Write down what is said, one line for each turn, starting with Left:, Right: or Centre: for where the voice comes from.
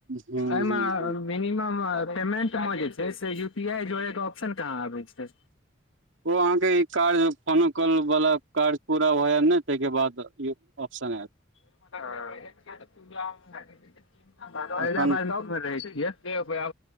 Right: ह
Left: मे
Right: ह
Left: मिनिमम पेमेंट मे जे छै से यू पी आई जोड़े के ऑप्शन कहाँ आबे छै
Right: ओ अहाँके ई काज फोनो कॉल वला काज पूरा होय ने ताहिके बाद ई ऑप्शन एत
Left: अ हैदराबादमे
Right: अखन
Left: रहै छै कह